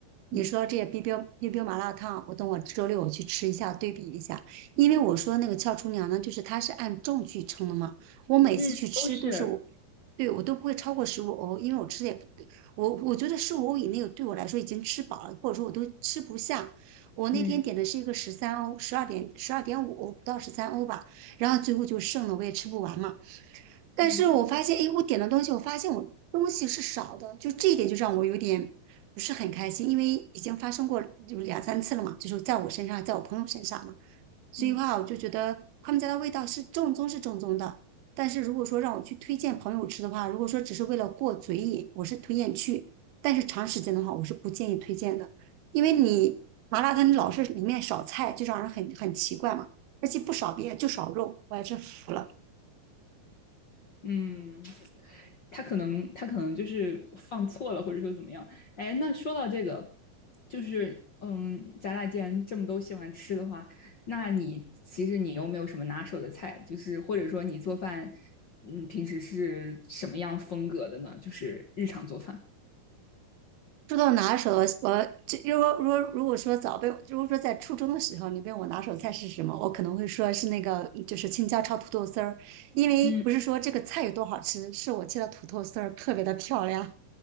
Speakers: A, on the right; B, on the left.
A: 你说这些
B: 嗯。
A: b b 冰冰麻辣烫，我等我周六我去吃一下，对比一下。因为我说那个俏厨娘呢，就是它是按重去称的嘛。我每次去吃都是我，
B: 嗯，都是，
A: 对我都不会超过十五欧，因为我吃的也不，我我觉得十五欧以内对我来说已经吃饱了，或者说我都吃不下。我那天点的是一个十三欧，
B: 嗯
A: 十二点十二点五欧不到十三欧吧，然后最后就剩了，我也吃不完嘛。但是我发现，
B: 嗯
A: 哎，我点的东西，我发现我东西是少的，就这一点就让我有点不是很开心，因为已经发生过就两三次了嘛，就是在我身上，在我朋友身上嘛，所以话我就觉得他们家的味道是正宗是正宗的，
B: 嗯
A: 但是如果说让我去推荐朋友吃的话，如果说只是为了过嘴瘾，我是推荐去，但是长时间的话，我是不建议推荐的，因为你麻辣烫你老是里面少菜，就让人很很奇怪嘛，而且不少别的就少肉，我也是服了。
B: 嗯，他可能他可能就是放错了，或者说怎么样？哎，那说到这个，就是嗯，咱俩既然这么都喜欢吃的话，那你其实你有没有什么拿手的菜？就是或者说你做饭，嗯，平时是什么样风格的呢？就是日常做饭。
A: 说到拿手我这如果如果如果说早被，如果说在初中的时候，你问我拿手菜是什么，我可能会说是那个就是青椒炒土豆丝儿，因为不是说这个菜有多好吃，
B: 嗯，
A: 是我切的土豆丝儿特别的漂亮，